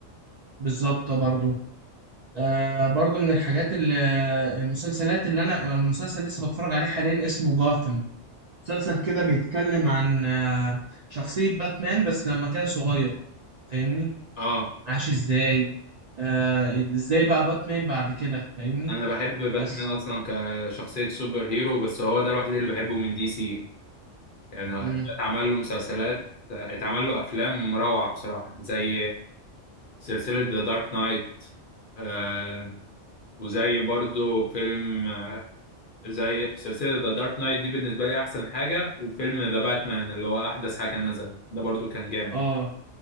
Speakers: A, on the right (about 55°); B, on the left (about 55°).
A: بالظبط برضو آه برضو من الحاجات اللي المسلسلات اللي انا المسلسل لسه بتفرج عليه حاليا اسمه جاثم مسلسل كده بيتكلم عن آه، شخصية باتمان بس لما كان صغير فاهمني
B: اه
A: عاش ازاي آه، ازاي بقى باتمان بعد كده فاهمني
B: انا بحب باتمان
A: بس
B: اصلا كشخصية سوبر هيرو بس هو ده الوحيد اللي بحبه من دي سي يعني ده
A: مم.
B: اتعمل له مسلسلات اتعمل له افلام روعة بصراحة زي سلسلة ذا دارك نايت آه وزي برضو فيلم آه، زي سلسلة ذا دارك نايت دي بالنسبة لي أحسن حاجة وفيلم ذا باتمان اللي هو أحدث حاجة نزل ده برضو كان جامد
A: اه